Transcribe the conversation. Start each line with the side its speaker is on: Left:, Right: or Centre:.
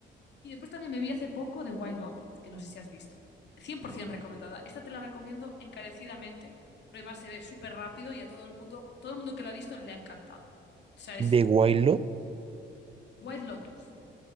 Left: Y después también me vi hace poco de White Lotus, que no sé si has visto. 100% recomendada. Esta te la recomiendo encarecidamente, pero además se ve súper rápido y a todo el mundo, todo el mundo que la ha visto le ha encantado. O sea,
Right: ¿De
Left: es
Right: White Lotus?
Left: White Lotus.